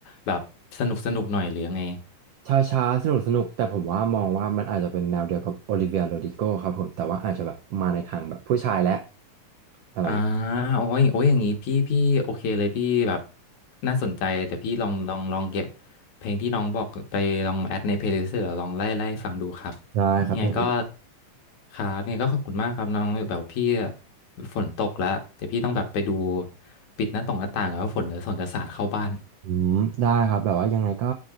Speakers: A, on the left; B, on the right.
A: แบบสนุกสนุกหน่อยหรือยังไง
B: ช้าๆสนุกสนุกแต่ผมว่ามองว่ามันอาจจะเป็นแนวเดียวกับโอลิเวียโรดิโกครับผมแต่ว่าอาจจะแบบมาในทางแบบผู้ชายและอะไรอย่างเงี้ย
A: อ่าโอ้ยโอ้ยอย่างนี้พี่พี่โอเคเลยพี่แบบน่าสนใจแต่พี่ลองลองลองเก็บเพลงที่น้องบอกไปลองแอดในเพลย์ลิสต์หรือลองไล่ไล่ฟังดูครับ
B: ได้ครับพี่
A: ยังไงก็ครับยังไงก็ขอบคุณมากครับน้องแบบพี่ฝนตกแล้วเดี๋ยวพี่ต้องแบบไปดูปิดหน้าต่างหน้าต่างแล้วฝนจะฝนจะสาดเข้าบ้าน
B: อืมได้ครับแบบว่ายังไงก็